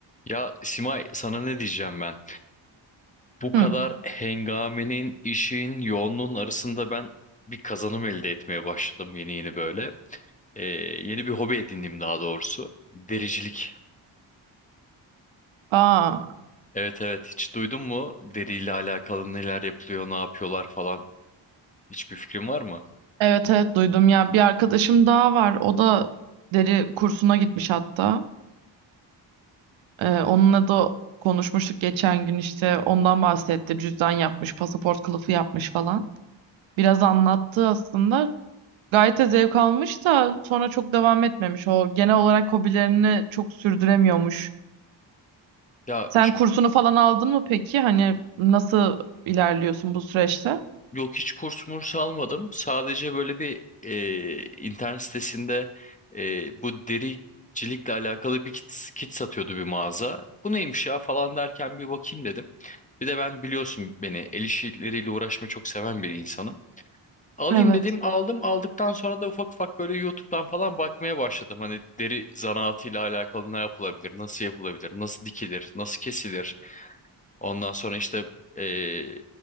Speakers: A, on the left; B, on the right.
A: Ya Simay sana ne diyeceğim ben? Bu kadar
B: Hı.
A: hengamenin, işin, yoğunluğun arasında ben bir kazanım elde etmeye başladım yeni yeni böyle. Ee, yeni bir hobi edindim daha doğrusu. Dericilik.
B: Aa,
A: Evet evet hiç duydun mu? Deriyle alakalı neler yapılıyor, ne yapıyorlar falan. Hiçbir fikrin var mı?
B: evet evet duydum ya. Bir arkadaşım daha var. O da deri kursuna gitmiş hatta. Ee, onunla da konuşmuştuk geçen gün işte. Ondan bahsetti. Cüzdan yapmış, pasaport kılıfı yapmış falan. Biraz anlattı aslında. Gayet de zevk almış da sonra çok devam etmemiş. O genel olarak hobilerini çok sürdüremiyormuş.
A: Ya
B: Sen kursunu falan aldın mı peki? Hani nasıl ilerliyorsun bu süreçte?
A: Yok hiç kurs murs almadım. Sadece böyle bir e, internet sitesinde e, bu dericilikle alakalı bir kit, kit satıyordu bir mağaza. Bu neymiş ya falan derken bir bakayım dedim. Bir de ben biliyorsun beni el işleriyle uğraşmayı çok seven bir insanım. Alayım
B: Evet.
A: dedim aldım. Aldıktan sonra da ufak ufak böyle YouTube'dan falan bakmaya başladım. Hani deri zanaatıyla alakalı ne yapılabilir, nasıl yapılabilir, nasıl dikilir, nasıl kesilir. Ondan sonra işte e,